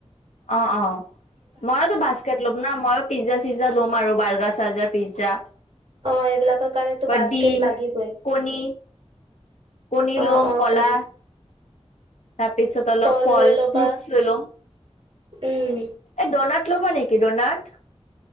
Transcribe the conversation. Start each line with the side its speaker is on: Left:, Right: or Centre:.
Left: অ, অ ময়োতো বাস্কেট ল'ম না ময়ো পিজ্জা চিজ্জা ল'ম। বাৰু বাৰগা চাজা পিজ্জা।
Right: অ এইবিলাকৰ কাৰণেটো
Left: বা
Right: বাস্কেট
Left: ডিম
Right: লাগিবই।
Left: কণী কণী
Right: অ
Left: লোম
Right: অ
Left: কলা।
Right: কল
Left: তাৰপিছত অলপ
Right: কল
Left: ফল
Right: লৈ ল'বা
Left: ফ্ৰুটছ ল। ইলোম
Right: উম
Left: এই ডন ল'ব নে কি দৰনাথ